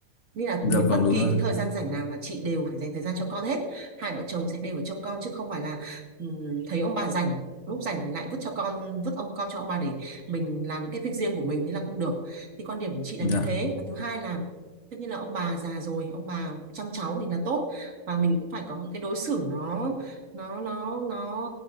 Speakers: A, on the right (about 65°); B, on the left (about 60°).
A: nên là
B: dạ
A: những
B: vâng
A: bất
B: đúng
A: kỳ
B: rồi
A: cái thời gian rảnh nào là chị đều phải dành thời gian cho con hết hai vợ chồng sẽ đều phải trông con chứ không phải là ừm, thấy ông bà rảnh lúc rảnh thì lại vứt cho con vứt ông con cho ông bà để mình làm những cái việc riêng của mình thế là không được thì quan điểm của chị là
B: dạ
A: như thế và thứ hai là tất nhiên là ông bà già rồi ông bà chăm cháu thì là tốt và mình cũng phải có những cái đối xử nó nó nó nó